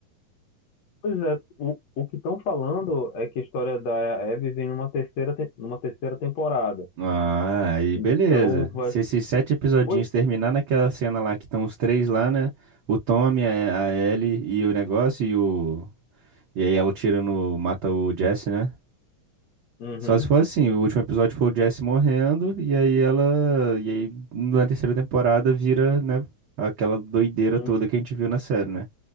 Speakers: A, on the left (about 65°); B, on the right (about 85°).
A: Pois é, o, o que estão falando é que a história da Abby vem numa terceira, te- numa terceira temporada.
B: Ah, aí
A: Então
B: beleza.
A: vai.
B: Se esses sete episodinhos
A: Pois...
B: terminar naquela cena lá que estão os três lá, né? O Tommy, a, a Ellie e o negócio, e o. E aí ela tira no. Mata o Jesse, né?
A: Uhum,
B: Só se for assim, o último episódio foi o Jesse morrendo, e aí ela. E aí na terceira temporada vira, né, aquela doideira
A: uhum,
B: toda que a gente viu na série, né?